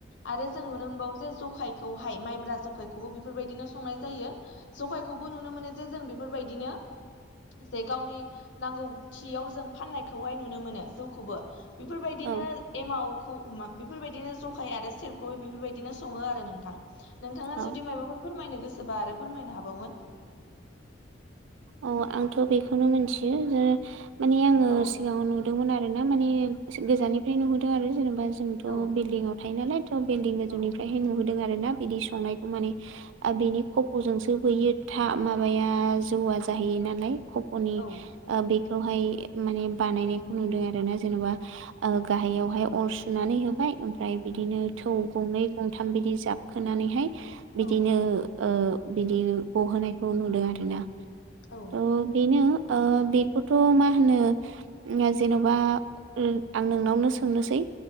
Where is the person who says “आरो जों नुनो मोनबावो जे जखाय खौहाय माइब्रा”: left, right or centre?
Left